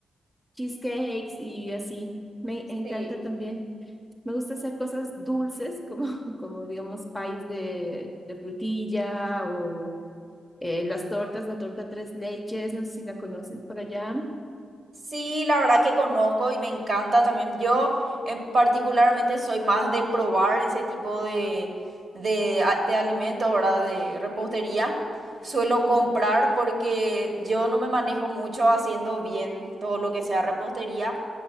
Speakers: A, in the centre; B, on the right.
A: cheesecakes y así. Me encanta
B: Sí.
A: también. Me gusta hacer cosas dulces, como, <laughs> como digamos, pies de, de frutilla o eh, las tortas, la torta tres leches, no sé si la conoces por allá.
B: Sí, la verdad que conozco y me encanta también. Yo en particularmente soy más de probar ese tipo de, de, a- de alimentos, ¿verdad? De repostería. Suelo
A: Ujú,
B: comprar porque yo no me manejo mucho haciendo bien todo lo que sea repostería.